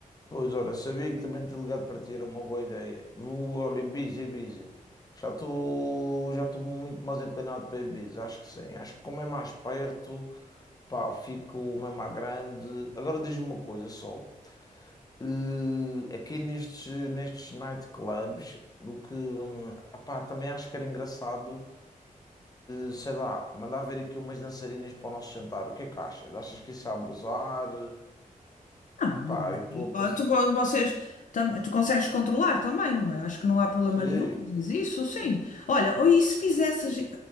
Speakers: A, on the left; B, on the left.
A: pois, olha, sabia que também te ligado para ti era uma boa ideia. Vou, olha, Ibiza, Ibiza, já estou, já estou muito mais inclinado para Ibiza, acho que sim, acho que como é mais perto, pá, fico mesmo à grande. Agora diz-me uma coisa só, eh, aqui nestes, nestes nightclubs, do que, hum, epá, também acho que era engraçado, eh, sei lá, mandar ver aqui umas dançarinas para o nosso jantar. O que é que achas? Achas que isso é abusar?
B: Não, não
A: Pá,
B: é.
A: eu estou a passar.
B: Ah, Tu, po- vocês, tam- tu consegues controlar também, não é? Acho que não há problema
A: Sim,
B: nenhum. Mas isso, sim. Olha, ou e se fizesses,